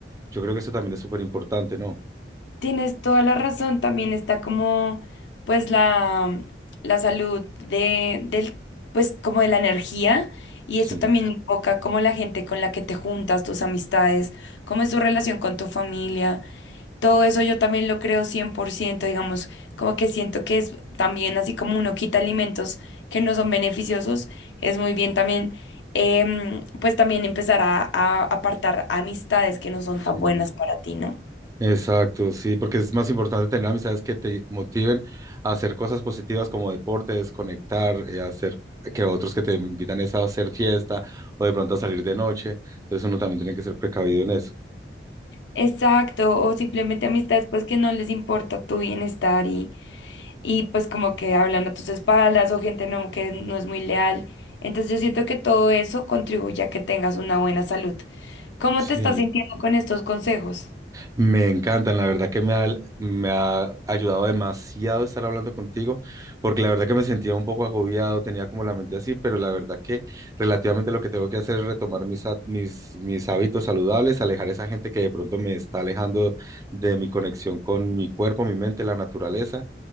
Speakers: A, on the right; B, on the left.
A: yo creo que eso también es súper importante, ¿no?
B: Tienes toda la razón, también está como pues la, la salud de, del, pues como de la energía y
A: Sí,
B: esto también invoca como la gente con la que te juntas, tus amistades, cómo es tu relación con tu familia, todo eso yo también lo creo 100%. digamos, como que siento que es también así como uno quita alimentos que no son beneficiosos, es muy bien también em, pues también empezar a, a apartar amistades que no son
A: sí.
B: tan buenas para ti, ¿no?
A: Exacto, sí, porque es más importante tener amistades que te motiven a hacer cosas positivas como deporte, desconectar, eh, hacer que otros que te invitan es a hacer fiesta o de pronto a salir de noche. Entonces uno también tiene que ser precavido en eso.
B: Exacto, o simplemente amistades pues que no les importa tu bienestar y, y pues como que hablan a tus espaldas o gente no, que no es muy leal. Entonces yo siento que todo eso contribuye a que tengas una buena salud. ¿Cómo
A: Sí.
B: te estás sintiendo con estos consejos?
A: Me encantan, la verdad que me ha, me ha ayudado demasiado estar hablando contigo, porque la verdad que me sentía un poco agobiado, tenía como la mente así, pero la verdad que relativamente lo que tengo que hacer es retomar mis, ha- mis, mis hábitos saludables, alejar esa gente que de pronto me está alejando de mi conexión con mi cuerpo, mi mente, la naturaleza,